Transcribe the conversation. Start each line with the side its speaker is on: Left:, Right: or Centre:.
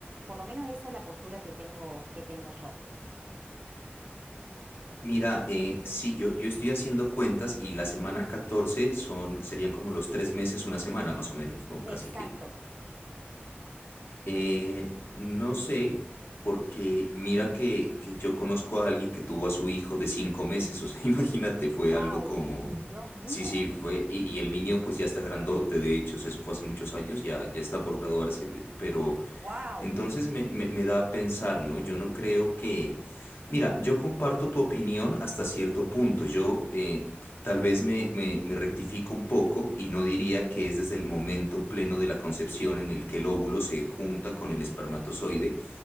Right: Por lo menos esa es la postura que tengo, que tengo yo.
Left: Mira, eh, sí, yo, yo estoy haciendo cuentas y la semana 14 son, serían como los tres meses, una semana más o menos, ¿no? Casi
Right: Exacto.
Left: que. Eh, no sé, porque mira que, que yo conozco a alguien que tuvo a su hijo de cinco meses, o sea, <laughs> imagínate, fue
Right: Wow.
Left: algo como... Mm.
Right: Dios mío.
Left: Sí, sí, fue, y, y el niño pues ya está grandote, de hecho, o sea, eso fue hace muchos años, ya, ya está por graduarse, de- pero
Right: Wow.
Left: Entonces me, me- me da a pensar, ¿no? Yo no creo que... Mira, yo comparto tu opinión hasta cierto punto. Yo eh, tal vez me, me, me rectifico un poco y no diría que es desde el momento pleno de la concepción en el que el óvulo se junta con el espermatozoide.